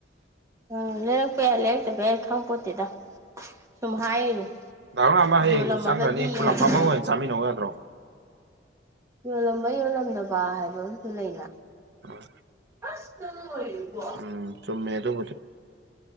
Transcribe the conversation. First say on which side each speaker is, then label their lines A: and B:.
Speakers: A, on the right; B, on the right.
A: ꯑꯥ ꯂꯩꯔꯛꯄ ꯌꯥꯏ ꯂꯩꯔꯛꯇꯕ ꯌꯥꯏ ꯈꯪꯄꯣꯠꯇꯦꯗ ꯁꯨꯝ ꯍꯥꯏꯔꯤꯅꯤ
B: ꯗꯥ ꯂꯝꯉꯥꯟꯕ ꯍꯌꯦꯡꯖꯨ
A: ꯌꯣꯜꯂꯝꯃꯒꯗꯤ
B: ꯆꯪꯈꯒꯔꯅꯤ ꯄꯨꯂꯞ
A: ꯍꯥꯏꯕ
B: ꯐꯝꯃꯥ ꯑꯣꯏꯅ ꯆꯥꯃꯤꯟꯅꯧ ꯌꯥꯗ꯭ꯔꯣ
A: ꯌꯣꯜꯂꯝꯕ ꯌꯣꯜꯂꯝꯗꯕ ꯍꯥꯏꯕ ꯑꯝꯖꯨ ꯂꯩꯅ
B: ꯑꯣ
A: ꯑꯁ ꯆꯠꯂꯣ ꯂꯣꯏꯔꯦ ꯢꯕꯣ
B: ꯎꯝ ꯆꯨꯝꯃꯦ ꯑꯗꯨꯕꯨꯗꯤ